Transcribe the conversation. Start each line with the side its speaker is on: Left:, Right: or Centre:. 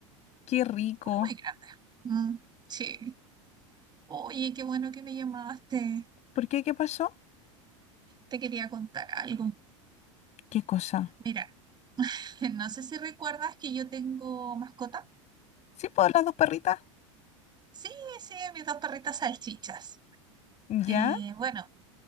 Left: ¡Qué rico!
Right: muy, muy grandes. Mm, sí. Oye, qué bueno que me llamaste.
Left: ¿Por qué? ¿Qué pasó?
Right: Te quería contar algo.
Left: ¿Qué cosa?
Right: Mira, <laughs> no sé si recuerdas que yo tengo mascota.
Left: ¿Sí puedo las dos perritas?
Right: Sí, sí, mis dos perritas salchichas.
Left: ¿Ya?
Right: Eh, bueno,